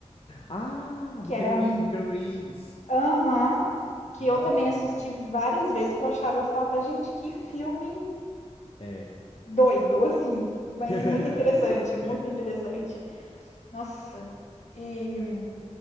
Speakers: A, on the left (about 50°); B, on the left (about 75°).
A: Ah,
B: que
A: do Keanu
B: era
A: Reeves, com o Keanu Reeves.
B: aham, que
A: Nossa,
B: eu também assisti
A: muito bom.
B: várias vezes, que eu achava, eu falava, gente, que filme
A: É.
B: doido, <laughs> assim, mas
A: <laughs>
B: muito interessante, muito interessante. Nossa. E